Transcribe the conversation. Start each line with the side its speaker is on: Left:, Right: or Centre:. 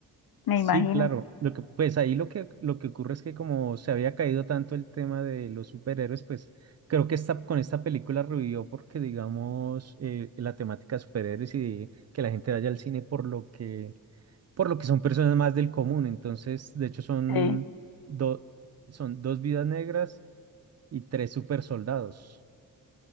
Left: Me
Right: Sí,
Left: imagino.
Right: claro. Lo que, pues ahí lo que, lo que ocurre es que como se había caído tanto el tema de los superhéroes, pues creo que esta, con esta película revivió porque, digamos, eh, la temática de superhéroes y de que la gente vaya al cine por lo que, por lo que son personas más del común. Entonces, de hecho, son,
Left: Sí.
Right: do- son dos vidas negras y tres super soldados.